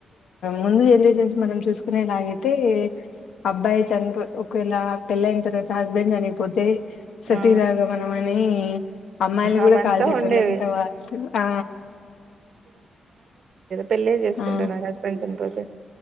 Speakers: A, on the left; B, on the right.
A: ముందు జనరేషన్స్ మనం చూసుకునేలాగైతే అబ్బాయి చనిపో ఒకవేళ పెళ్ళి అయిన తర్వాత హస్బెండ్ చనిపోతే.. సతీసగామనామై
B: ఆ
A: నీ అమ్మాయిల్ని కూడా
B: అవంతా
A: కాల్చేటోళ్లు
B: ఉండేవి
A: అంటా వాలు ఆ
B: పెళ్లి చేసుకుంటా
A: ఆ
B: నా హస్బెండ్ చనిపోతే